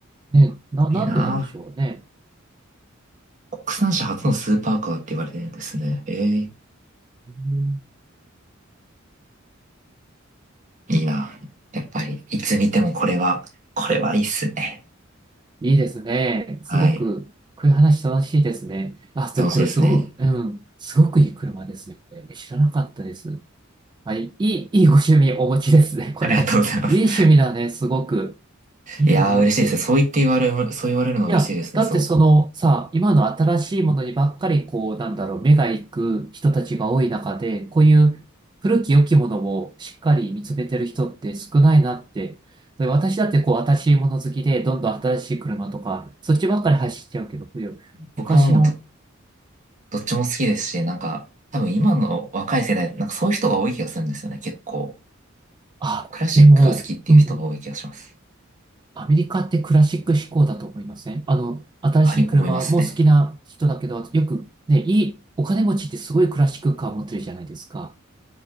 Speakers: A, on the right; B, on the right.
A: ね、な、なんでなんでしょうね。
B: いいな。国産車初のスーパーカーって言われてるんですね。
A: う
B: えー
A: ん
B: いいな。やっぱり、いつ見てもこれは、これはいいっすね。
A: いいですね。すごく、
B: はい。
A: こういう話楽しいですね。あ、
B: 楽しいですね。
A: でもこれすごく、うん、すごくいい車ですね。これ知らなかったです。はい、いい、いいご趣味お持ちですね、これ。
B: ありがとうございます。
A: いい趣味だね、すごく。いいなって。
B: いやー、嬉しいですね。そう言って言われる、そう言われるのは嬉しいですね、
A: いや、だってそのさ、
B: すごく。
A: 今の新しいものにばっかりこう、なんだろう、目が行く人たちが多い中で、こういう古き良きものをしっかり見つめてる人って少ないなって。で私だってこう、新しいもの好きで、どんどん新しい車とか、そっちばっかり走っちゃうけど、こういう昔の、
B: 僕はもうど、どっちも好きですし、なんか、多分今の若い世代、なんかそういう人が多い気がするんですよね、結構。
A: あ、
B: クラシックが好きっていう人が多い気がします。
A: でも、うんうん、アメリカってクラシック志向だと思いませんあの、新しい車も好きな人だけど、
B: あり、思いますね。
A: よくね、いい、お金持ちってすごいクラシックカー持ってるじゃないですか。